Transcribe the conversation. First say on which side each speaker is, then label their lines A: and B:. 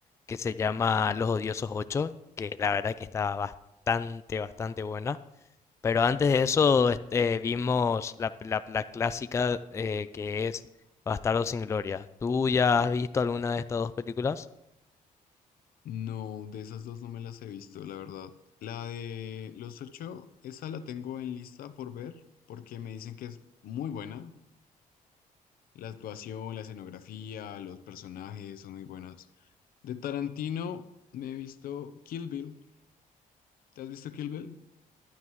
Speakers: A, on the left; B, on the left.
A: que se llama Los Odiosos ocho que la verdad que estaba bastante, bastante buena. Pero antes de eso este, vimos la, la- la clásica eh, que es Bastardos sin Gloria. ¿Tú ya has visto alguna de estas dos películas?
B: No, de esas dos no me las he visto, la verdad. La de Los Ocho, esa la tengo en lista por ver, porque me dicen que es muy buena. La actuación, la escenografía, los personajes son muy buenas. De Tarantino me he visto Kill Bill. ¿Te has visto Kill Bill?